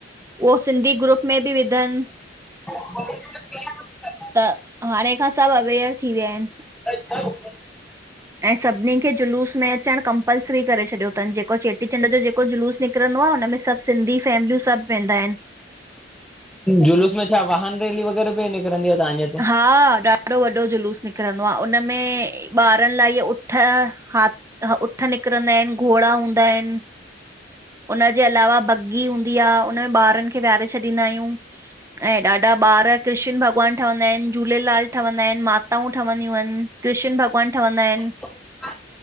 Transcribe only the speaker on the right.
उहो सिंधी ग्रुप में भी विधन।
त हाणे खां सभ अवेयर थी विया आहिन।
ऐं सभिनी खे जुलूस में अचण कमपल्सरी करे छॾियउं उतां जेको चेटी चंड जो जेको जुलूस निकरंदो आ। हुनमें सभ सिंधी फैमिलियूं सभु वेंदा आहिन।
हा ॾाडो वॾो जुलूस निकरंदो आ। उन उन में ॿारन लाए इअ उठ हा हा, उठ निकरंदा आहिन, घोड़ा हूंदा आहिन। उनजे अलावा बघी हूंदी आ उनमे ॿारन खे विहारे छॾींदा आयूं। ऐं ॾाडा ॿार कृष्ण भॻवान ठवंदा आहिन, झूलेलाल ठवंदा आहिन मा माताऊं ठवंदियूं आहिन, कृष्ण भॻवान ठवंदा आहिन।